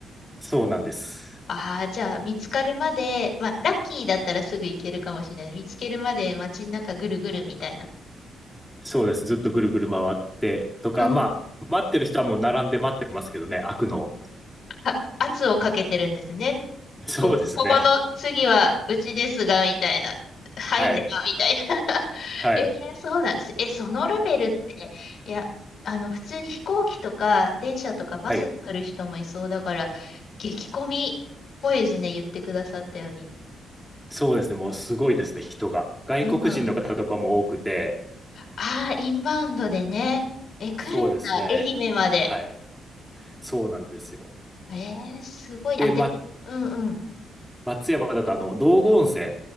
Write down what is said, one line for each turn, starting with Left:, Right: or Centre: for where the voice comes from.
Centre: そうなんです。
Left: ああ、じゃあ見つかるまで、まあ、ラッキーだったらすぐ行けるかもしれない。見つけるまで街の中ぐるぐるみたいな。
Centre: そうです。ずっとぐるぐる回ってとか、
Left: うん。
Centre: まあ、待ってる人はもう並んで待ってますけどね、開くのを。
Left: あ、圧をかけてるんですね。
Centre: そうですね。
Left: ここ、ここの次はうちですが、みたいな。入んなが、
Centre: はい。
Left: みたいな。<laughs>
Centre: はい。
Left: えーそうなんです。え、そのレベルって、いや、あの、普通に飛行機とか、電車とかバスで来る人もいそうだから、
Centre: はい。
Left: 激混みっぽいですね、言ってくださったように。
Centre: そうですね。もうすごいですね、人が。外国人の方とかも多くて、
Left: うん。ああ、インバウンドでね。え、来るんだ、
Centre: そうですね。
Left: 愛媛まで。
Centre: はい。そうなんですよ。
Left: えーすごい。
Centre: で、
Left: あ、でも、
Centre: ま、
Left: うんうん。
Centre: 松山だとあの道後温泉